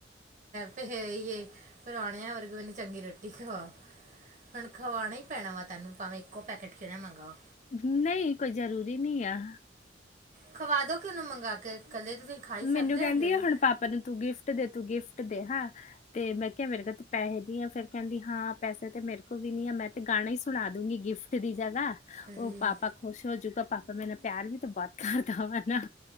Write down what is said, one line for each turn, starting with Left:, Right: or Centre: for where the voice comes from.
Right: ਤੇ ਏ ਹੀ ਏ ਪਰੋਣਿਆਂ ਵਰਗਈ ਉਹਨੂੰ ਚੰਗੀ ਰੋਟੀ ਖਵਾ। ਹੁਣ ਖਵਾਣਾ ਹੀ ਪੈਣਾ ਵਾ, ਤੈਨੂੰ ਭਾਵੇਂ ਇੱਕੋ ਪੈਕੇਟ ਕਿਵੇਂ ਮੰਗਾਓ?
Left: ਨਹੀਂ, ਕੋਈ ਜ਼ਰੂਰੀ ਨਹੀਂ ਆ।
Right: ਖਵਾ ਦੋ ਕਿ ਉਹਨੂੰ ਮੰਗਵਾ ਕੇ। ਇਕੱਲੇ ਤਾਂ ਤੁਸੀਂ ਖਾ ਹੀ
Left: ਮੈਨੂੰ
Right: ਸਕਦੇ
Left: ਕਹਿੰਦੀ
Right: ਜ਼ਰੂਰ
Left: ਆ, ਹੁਣ ਪਾਪਾ ਨੂੰ ਤੂੰ ਗਿਫਟ ਦੇ- ਤੂੰ ਗਿਫਟ ਦੇ ਹਾਂ। ਤੇ ਮੈਂ ਕਿਹਾ, ਮੇਰੇ ਕੋਲ ਤੇ ਪੈਸੇ ਨੀ ਆ, ਫੇਰ ਕਹਿੰਦੀ ਹਾਂ, ਪੈਸੇ ਤੇ ਮੇਰੇ ਕੋਲ ਵੀ ਨੀ ਆ, ਮੈਂ ਤੇ ਗਾਣਾ ਹੀ ਸੁਣਾ ਦੂੰਗੀ ਗਿਫਟ ਦੀ ਜਾਗਾ
Right: ਅਰੇ
Left: ਉਹ ਪਾਪਾ ਖੁਸ਼ ਹੋਜੂਗਾ, ਪਾਪਾ ਮੇਰਾ ਪਿਆਰ ਵੀ ਬਹੁਤ ਕਰਦਾ ਵਾ ਨਾ।